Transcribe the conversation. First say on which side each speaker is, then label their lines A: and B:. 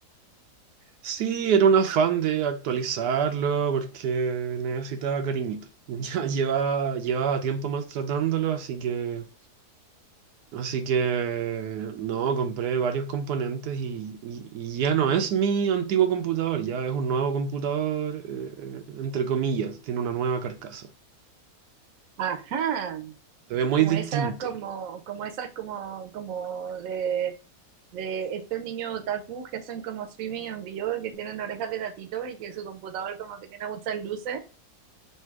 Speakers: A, on the right; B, on the right.
A: Sí, era un afán de actualizarlo porque necesitaba cariñito. <laughs> Ya llevaba, llevaba tiempo maltratándolo, así que, así que no, compré varios componentes y, y- y ya no es mi antiguo computador, ya es un nuevo computador, eh, eh, entre comillas, tiene una nueva carcasa.
B: Ajá,
A: Se ve muy
B: como
A: distinto.
B: esas, como, como esas, como, como de, de estos niños otaku que son como streaming en vivo, que tienen orejas de gatito y que su computador como que tiene muchas luces.